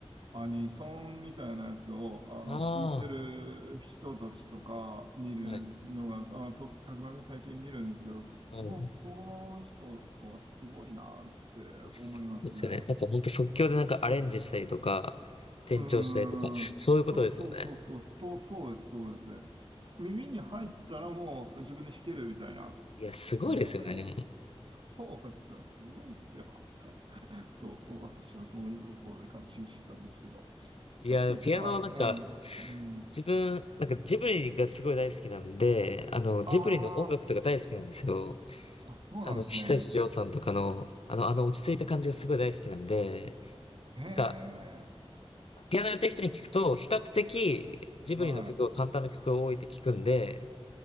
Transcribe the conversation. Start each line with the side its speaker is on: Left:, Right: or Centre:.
Right: アニソンみたいなやつを、あの、
Left: あ
Right: 弾いてる人たちとか見るのが、
Left: あ、はい、
Right: あの、と、たまに最近見るんですけど、
Left: はい。
Right: もう、その人はすごいなって思いますね。
Left: です。ですよね。なんか本当即興でなんかアレンジしたりとか、転調したりとか、
Right: うーん。
Left: そういうことですよね。
Right: そうそうそうそう、そうそうです、そうです。耳に入ったらもう自分で弾けるみたいな。
Left: いや、すごいですよね。
Right: ええそうですよ、すごいですよ。と、私はそういうところで感心してたんですけど。
Left: いや、
Right: さっき言った、
Left: ピアノはなんか、
Right: うん、うん。
Left: 自分、なんかジブリがすごい大好きなんで、あの、ジブリの音楽とか大好きなんですよ。
Right: ああ、あ、そうなんですね。
Left: あの、久石譲さんとかの、あの、あの落ち着いた感じがすごい大好きなんで、
Right: へえ、
Left: なんか、ピアノやってる人に聞くと、比較的ジブリの曲は簡単な曲が多いって聞くんで、
Right: はい。